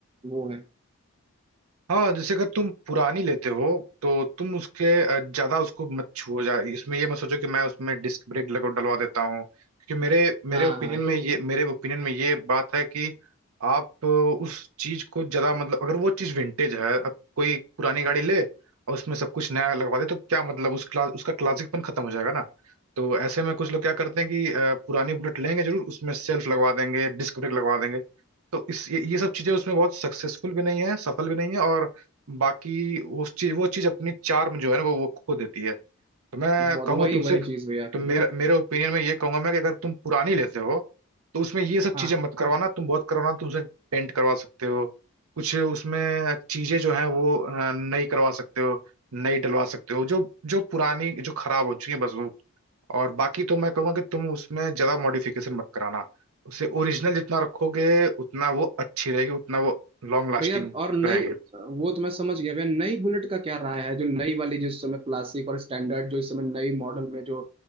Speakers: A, on the right (about 25°); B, on the right (about 75°).
A: वो है
B: हाँ जैसे अगर तुम पुरानी लेते हो तो तुम उसके अ, ज्यादा उसको मत छुओ जा इसमें ये मत सोचो कि मैं उसमें डिस्क ब्रेक लगा डलवा देता हूँ क्योंकि मेरे मेरे
A: हाँ
B: ओपिनियन
A: हाँ
B: में ये मेरे ओपिनियन में ये बात है कि आप अ, उस चीज को ज्यादा मतलब अगर वो चीज विंटेज है अब कोई पुरानी गाड़ी ले और उसमें सब कुछ नया लगवा दे तो क्या मतलब उस क्ला, उसका क्लासिकपन खत्म हो जाएगा ना तो ऐसे में कुछ लोग क्या करते हैं कि अ, पुरानी बुलेट लेंगे जरूर उसमें सेल्फ लगवा देंगे डिस्क ब्रेक लगवा देंगे तो इस ये, ये सब चीजें उसमें बहुत सक्सेसफुल भी नहीं है सफल भी नहीं है और बाकी उस चीज वो चीज अपनी चार्म जो है ना वो वो खो देती है तो मैं
A: बहुत
B: कहूंगा
A: वही
B: तुमसे
A: वही चीज भैया
B: तो मेरा मेरे ओपिनियन में ये कहूंगा मैं कि अगर तुम पुरानी लेते हो तो उसमें ये सब
A: हाँ
B: चीजें मत करवाना तुम बहुत करवाना तुमसे पेंट करवा सकते हो कुछ उसमें चीजें जो है वो अ, नई करवा सकते हो नई डलवा सकते हो जो जो पुरानी जो खराब हो चुकी है बस और बाकी तो मैं कहूंगा कि तुम उसमें ज्यादा मॉडिफिकेशन मत कराना उसे ओरिजिनल जितना रखोगे उतना वो अच्छी रहेगी उतना वो लॉन्ग लास्टिंग
A: भैया और नई
B: रहेगी
A: वो तो मैं समझ गया भैया नई बुलेट का क्या राय है जो नई वाली जो इस समय क्लासिक और स्टैंडर्ड जो इस समय नई मॉडल में जो